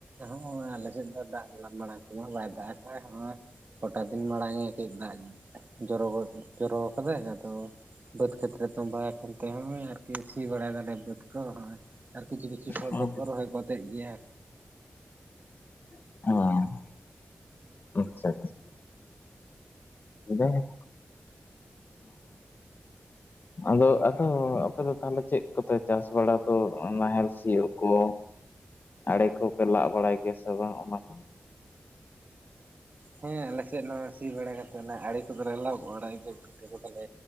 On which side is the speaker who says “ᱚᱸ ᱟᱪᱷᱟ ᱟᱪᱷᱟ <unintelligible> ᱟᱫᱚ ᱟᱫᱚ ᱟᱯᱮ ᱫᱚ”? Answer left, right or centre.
Left